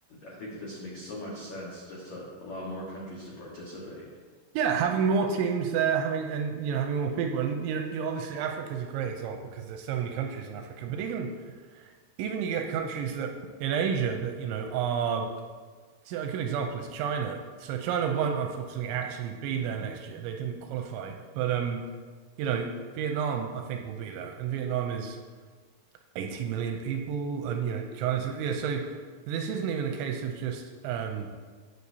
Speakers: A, on the left; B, on the right.
A: I think it just makes so much sense just to allow more countries to participate.
B: Yeah, having more teams there, having and you know having more people, and you know you know obviously Africa's a great example because there's so many countries in Africa. But even even you get countries that in Asia that you know are so a good example is China. So China won't unfortunately actually be there next year. They didn't qualify, but um, you know Vietnam I think will be there, and Vietnam is 80 million people, and you know China's yeah. So this isn't even a case of just um